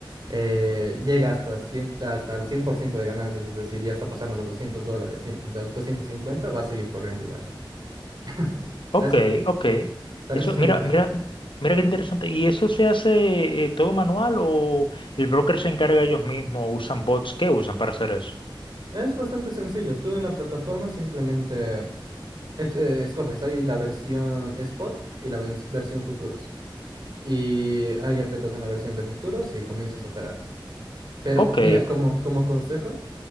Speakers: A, on the right; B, on the left.
A: eh, llega hasta, 100 hasta el 100% de ganancias, es decir, ya está pasando los 200 dólares, 100 dos- 250 va a seguir corriendo igual. <laughs>
B: Ok,
A: A eso-
B: ok.
A: para
B: Eso,
A: eso sirven
B: mira,
A: los
B: mira,
A: futuros.
B: mira qué interesante. ¿Y eso se hace eh, todo manual o el broker se encarga ellos mismos? ¿Usan bots? ¿Qué usan para hacer eso?
A: Es bastante sencillo. Tú en la plataforma simplemente ex- eh, escoges ahí la versión spot y la vens- versión futuros. Y ahí aprietas en la versión de futuros y comienzas a operar. Pero
B: Ok.
A: mira, como, como consejo,